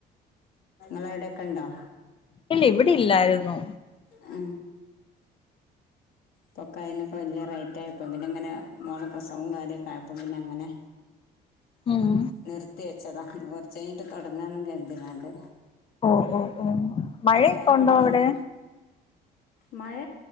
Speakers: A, on the left; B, on the left.
A: ൾ അ വിടെൊക്കെ ഇണ്ടോ
B: ഇല്ല ഇവിടെ ഇല്ലായിരുന്നു
A: ആ പൊക്ക അതിനൊക്കെ വലിയ റൈറ്റ് പ്പോക്കെ അയിനൊക്കെ വലിയ റൈറ്റ് ആയപ്പോം പിന്നെ ഇങ്ങനെ മോള പ്രസവം കാര്യൊക്കെ ആയപ്പോ പിന്നെ അങ്ങനെ
B: ഉം
A: നിർത്തി വെച്ചതാ കുറച്ച് കഴിഞ്ഞിട്ട് തുടങ്ങാന്ന് കരുതി കണ്ട്
B: ഓ ഓ ഓ മഴയൊക്കെ
A: ടൈം
B: ഉണ്ടോ
A: നോക്കിനാ
B: അവിടെ
A: മഴ